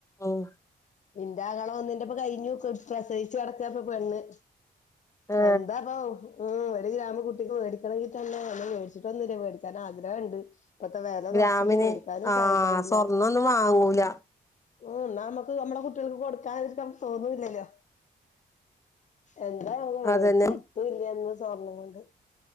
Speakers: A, on the left (about 15°); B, on the left (about 40°).
A: ആഹ്
B: ഇന്റാങ്ങള ഒന്നിന്റെപ്പൊ കയിഞ്ഞു കു പ്രസയിച്ചു കെടക്കാപ്പ പെണ്ണ്
A: ഏ
B: എന്താ പോ ഹു ഊം ഒരു ഗ്രാമ് കുട്ടിക്ക് മേടിക്കണങ്കി തന്നെ ഒന്നും മേടിച്ചിട്ടൊന്നുല്ല മേടിക്കാനാഗ്രഹണ്ട്. പ്പത്തെ വെല
A: ഗ്രാമിന്
B: നോക്കിട്ട് വേടിക്കാനും
A: ആ
B: സായിക്കണില്ല
A: സ്വർണ്ണൊന്നും വാങ്ങൂല
B: ഉം ന്നാ മ്മക്ക് നമ്മളെ കുട്ടികൾക്ക് കൊടുക്കാതിരിക്കാൻ തോന്നുല്ലല്ലോ എന്താ വേടിച്ച
A: അതന്നെ
B: എത്തുല്ല്യന്ന് സ്വർണം കൊണ്ട്